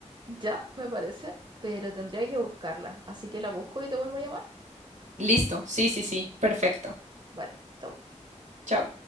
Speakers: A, on the right; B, on the right.
A: ya, me parece, pero tendría que buscarla. Así que la busco y te vuelvo a llamar.
B: <laughs> Listo, sí, sí, sí, perfecto.
A: Vale, vale, chau.
B: Chao.